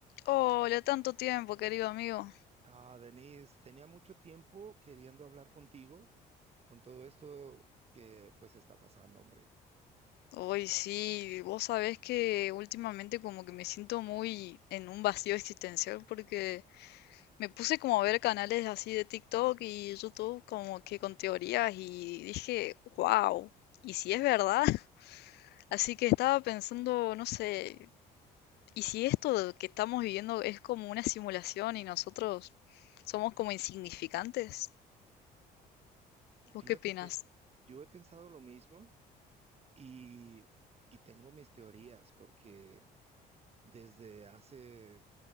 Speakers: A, on the left (about 75°); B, on the right (about 35°).
A: Hola, tanto tiempo, querido amigo.
B: Ah, Denise, tenía mucho tiempo queriendo hablar contigo con todo esto que pues está pasando, hombre.
A: Hoy sí, vos sabés que últimamente como que me siento muy en un vacío existencial porque me puse como a ver canales así de TikTok y YouTube como que con teorías y dije, wow, ¿y si es verdad? <laughs> Así que estaba pensando, no sé, ¿y si esto que estamos viviendo es como una simulación y nosotros somos como insignificantes? ¿Vos
B: Fíjate
A: qué opinas?
B: que yo he pensado lo mismo y, y tengo mis teorías porque desde hace